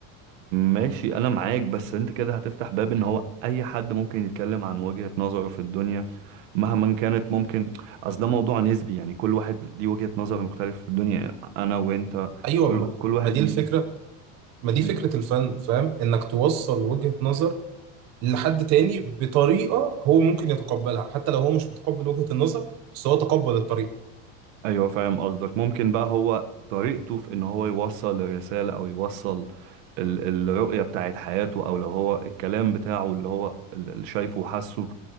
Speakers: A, on the right; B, on the right.
A: ماشي انا معاك بس انت كده هتفتح باب ان هو اي حد ممكن يتكلم عن وجهة نظره في الدنيا مهما كانت ممكن اصل ده موضوع نسبي يعني كل واحد ليه وجهة نظر مختلفة في الدنيا انا وانت
B: ايوه
A: كل
B: ما,
A: كل واحد
B: ما دي
A: ليه
B: الفكرة ما دي
A: ليه-
B: فكرة الفن فاهم انك توصل وجهة نظر لحد تاني بطريقة هو ممكن يتقبلها حتى لو هو مش متقبل وجهة النظر بس هو تقبل الطريقة
A: ايوه فاهم قصدك ممكن بقى هو طريقته في ان هو يوصل الرسالة او يوصل ال- الرؤية بتاعت حياته او لو هو الكلام بتاعه اللي هو اللي شايفه وحاسه